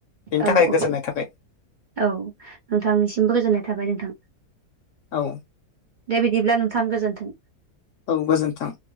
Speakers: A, on the left (about 65°); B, on the right (about 40°).
A: बेनि
B: औ
A: थाखाय
B: औ
A: गोजोननाय थाबाय
B: औ नोंथांनिसिमबो गोजोननाय थाबाय नोंथां
A: औ
B: दे बिदिब्ला नोंथां गोजोन्थों
A: औ गोजोनथों